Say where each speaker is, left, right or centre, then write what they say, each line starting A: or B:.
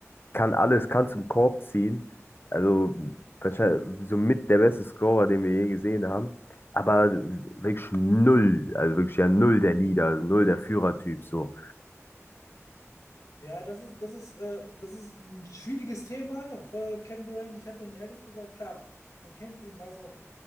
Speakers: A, on the left (about 45°); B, on the left (about 85°).
A: kann alles, kann zum Korb ziehen. Also wahrscheinlich somit der beste Scorer, den wir je gesehen haben. Aber wirklich null, also wirklich ja null der Leader, null der Führertyp so.
B: Ja, das ist, das ist, äh, das ist ein schwieriges Thema, äh, Kevin Durant. Ich hatte ihn ehrlich gesagt, klar, man kennt ihn, weiß auch,